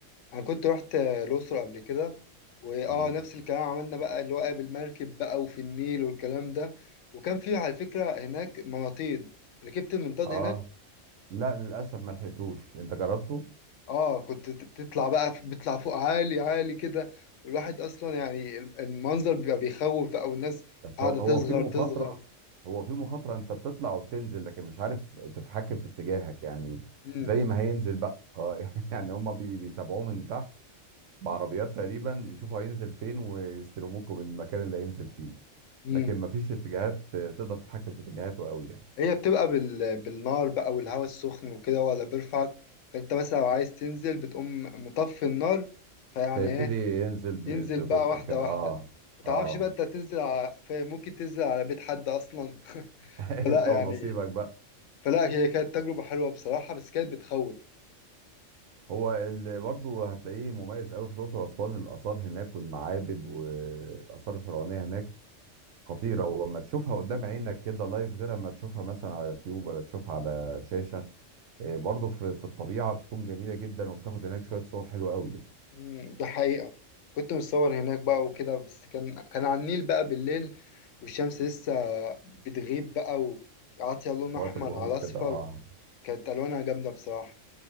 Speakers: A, on the left; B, on the right.
A: انا كنت رحت آه، الأقصر قبل كده واه
B: مم.
A: نفس الكلام عملنا بقى اللي هو بالمركب بقى وفي النيل والكلام ده وكان في على فكرة هناك مناطيد ركبت المنطاد
B: اه
A: هناك
B: لا للاسف ما لحقتوش انت جربته
A: اه كنت ت- تطلع بقى ف- بتطلع فوق عالي عالي كده والواحد اصلا يعني الم- المنظر بيبقى بيخوف بقى والناس
B: بس
A: قاعده
B: هو هو
A: تصغر
B: في مخاطره
A: تصغر
B: هو في مخاطره انت بتطلع وبتنزل لكن مش عارف تتحكم في اتجاهك يعني
A: امم
B: زي ما هينزل بقى اه <laughs> يعني هم بي- بيتابعوه من تحت بعربيات تقريبا يشوفوا هينزل فين ويستلموكوا بالمكان اللي هينزل فيه
A: امم
B: لكن ما فيش اتجاهات آه، تقدر تتحكم في اتجاهاته قوي يعني
A: هي بتبقى بال... بالنار بقى والهواء السخن وكده هو اللي بيرفعك فانت مثلا لو عايز تنزل بتقوم مطفي النار فيعني
B: فيبتدي
A: ايه
B: ينزل ب-
A: تنزل
B: ببطء
A: بقى واحده
B: كده
A: واحده
B: اه
A: ما تعرفش
B: اه
A: بقى انت هتنزل على... ممكن تنزل على بيت حد اصلا <laughs>
B: <laughs>
A: فلا
B: انت ونصيبك
A: يعني
B: بقى
A: فلا هي كانت تجربه حلوه بصراحه بس كانت بتخوف
B: هو اللي برضه هتلاقيه مميز قوي في الاقصر واسوان الاثار هناك والمعابد والاثار الفرعونيه هناك خطيره ولما تشوفها قدام عينك كده لايف غير اما تشوفها مثلا على يوتيوب ولا تشوفها على شاشه إيه، برضه في في الطبيعه بتكون جميله جدا وبتاخد هناك شويه صور حلوه قوي
A: مم، ده حقيقة كنت متصور هناك بقى وكده بس كان كان على النيل بقى بالليل والشمس لسه بتغيب بقى وعاطية لون
B: في
A: أحمر
B: وقت الغروب
A: على أصفر
B: كده اه
A: كانت ألوانها جامدة بصراحة